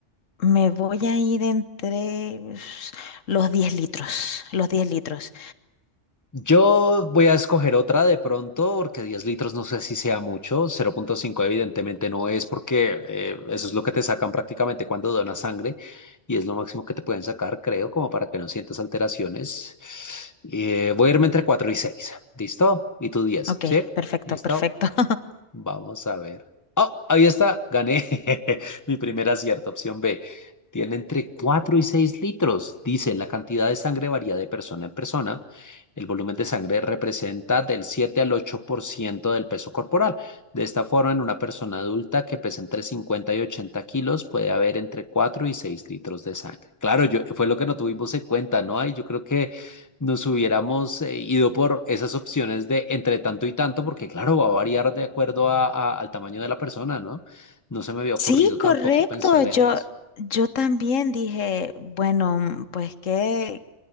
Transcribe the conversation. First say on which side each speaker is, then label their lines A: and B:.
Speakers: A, on the left; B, on the left.
A: me voy a ir entre s- los 10 litros, los 10 litros.
B: Yo voy a escoger otra de pronto, porque 10 litros no sé si sea mucho, Cero punto cinco evidentemente no es, porque eh, eso es lo que te sacan prácticamente cuando donas sangre y es lo máximo que te pueden sacar, creo, como para que no sientas alteraciones. Eh, voy a irme entre 4 y 6. ¿listo? Y tú diez.
A: Ok,
B: ¿sí?
A: perfecto,
B: ¿Listo?
A: perfecto. <laughs>
B: Vamos a ver. ¡Oh! Ahí está. Gané. <laughs> Mi primer acierto, opción B. Tiene entre 4 y 6 litros. Dice, la cantidad de sangre varía de persona en persona. El volumen de sangre representa del 7 al 8% del peso corporal. De esta forma, en una persona adulta que pesa entre 50 y 80 kilos, puede haber entre 4 y 6 litros de sangre. Claro, yo, fue lo que no tuvimos en cuenta, ¿no? Ay, yo creo que nos hubiéramos eh, ido por esas opciones de entre tanto y tanto, porque claro, va a variar de acuerdo a- a- al tamaño de la persona, ¿no? No se me había ocurrido
A: Sí,
B: tampoco
A: correcto.
B: pensar
A: Yo,
B: en eso.
A: yo también dije, bueno, mm, pues ¿qué,